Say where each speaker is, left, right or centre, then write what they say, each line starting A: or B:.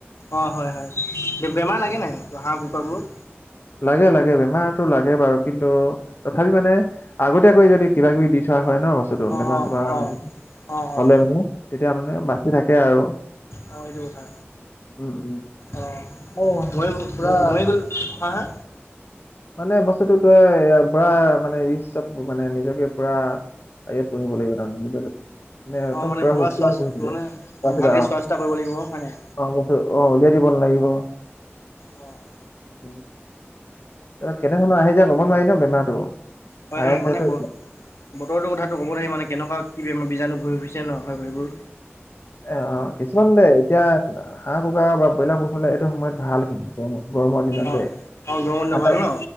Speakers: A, on the left; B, on the left.
A: অঁ হয় হয়, বে বেমাৰ লাগে নাই হাঁহ, কুকুৰাবোৰত?
B: লাগে লাগে বেমাৰটো লাগে বাৰু কিন্তু তথাপি মানে আগতীয়াকৈ যদি কিবা - কিবি দি থোৱা হয় ন বস্তুটো
A: অ',
B: বেমাৰ - চেমাৰ
A: অ',
B: মানে
A: অ'। অ', অ',
B: হলে মানে। তেতিয়া মানে বাচি থাকে আৰু।
A: অ এইটো কথা,
B: উম, উম।
A: অ
B: অ'
A: মইও
B: পুৰা
A: ম ময় গল হা হা?
B: মানে বস্তুটো তই পুৰা মানে ৰিক্সত মানে নিজকে পুৰা অ ইয়াত পুহিব লাগিব তাৰমানে নিজৰ নে একদম
A: অ', মানে
B: পূৰা শু <inaudible>
A: চোৱা
B: কৰিছিল
A: মানে অ', ভালকে
B: ত।
A: চোৱা চিতা কৰিব লাগিব হয় নাই?
B: অ হতে, অ উলিয়াই দিব নালাগিব, উম
A: অ'।
B: উম। অ কেনেফালে আহি যায় ক'ব নোৱাৰি ন বেমাৰটো?
A: হয়
B: ভাইৰাছে
A: হয় মানে বত বতৰটো কথাটো ক'ব নোৱাৰি মানে কেনেকুৱা কি বেম বীজাণু ঘূৰি ফুৰিছে ন হয় সেইবোৰ।
B: এ অ কিছুমান দে এতিয়া হাঁহ, কুকুৰা বা ব্ৰইলাৰ ব হলে এইটো সময়ত ভালখিনি গ গৰমৰ দিনত
A: অ',
B: দেই
A: অ', গৰম দিনত
B: ঠাণ্ডা
A: ভাল ন?